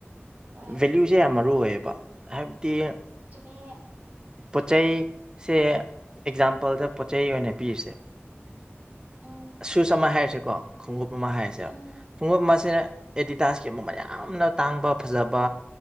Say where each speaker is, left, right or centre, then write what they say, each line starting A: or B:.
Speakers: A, on the right (about 35°); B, on the right (about 20°).
A: ꯍꯣꯏ
B: ꯚꯦꯂꯨꯁꯦ ꯌꯥꯝ ꯃꯔꯨ ꯑꯣꯏꯌꯦꯕ ꯍꯥꯏꯕꯗꯤ
A: ꯆꯨꯝꯃꯤ
B: ꯄꯣꯠ ꯆꯩ ꯁꯦ ꯑꯦꯛꯖꯥꯝꯄꯜꯗ ꯄꯣꯠ ꯆꯩ ꯑꯣꯏꯅ ꯄꯤꯔꯁꯦ
A: ꯎꯝ
B: ꯁꯨꯁ ꯑꯃ ꯍꯥꯏꯔꯁꯦꯀꯣ ꯈꯣꯡꯎꯞ ꯑꯃ ꯍꯥꯏꯔꯁꯦ
A: ꯎꯝ
B: ꯈꯨꯡꯎꯞ ꯑꯃꯁꯦ ꯑꯦꯗꯤꯗꯥꯁꯀꯤ ꯃꯃꯜ ꯌꯥꯝꯅ ꯇꯥꯡꯕ ꯐꯖꯕ